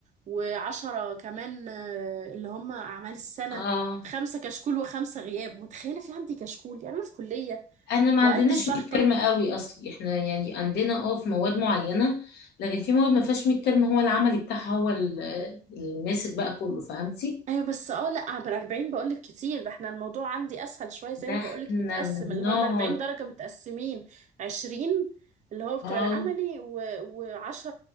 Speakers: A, on the right; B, on the left.
A: وعشرة كمان آه، اللي هم أعمال السنة
B: اه
A: خمسة كشكول وخمسة غياب متخيلة في عندي كشكول يعني أنا في كلية
B: انا ما
A: وقد
B: عندناش
A: الشحطة
B: ميد ترم قوي اصلي احنا يعني عندنا اه في مواد معينة لكن في مواد ما فيهاش ميد ترم هو العملي بتاعها هو ال- الماسك بقى كله فهمتي
A: ايوه بس اه لا عبر 40 بقولك كتير ده احنا الموضوع عندي اسهل شويه زي
B: ده
A: ما
B: احنا
A: بقولك متقسم
B: بنقعد
A: اللي هو ال 40 درجه متقسمين 20 اللي هو بتوع
B: اه
A: العملي و10